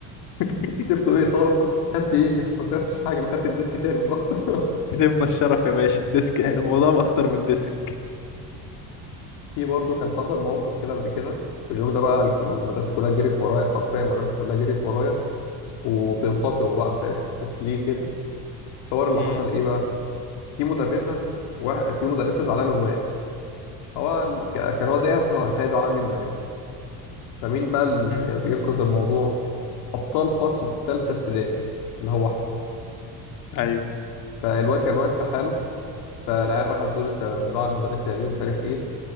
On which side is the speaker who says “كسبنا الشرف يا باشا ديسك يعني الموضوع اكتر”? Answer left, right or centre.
Left